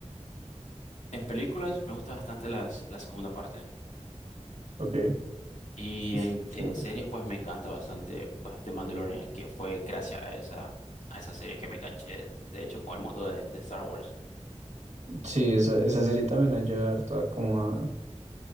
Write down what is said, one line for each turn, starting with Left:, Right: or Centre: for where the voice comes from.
Left: En películas me gusta bastante las, la segunda parte.
Right: Ok.
Left: Y
Right: Ush,
Left: en,
Right: chévere.
Left: en series, pues me encanta bastante pues, The Mandalorian, que fue gracias a esa, a esa serie que me enganché, de hecho, con el mundo de, de Star Wars.
Right: Sí, esa, esa serie también ayuda harto a como a,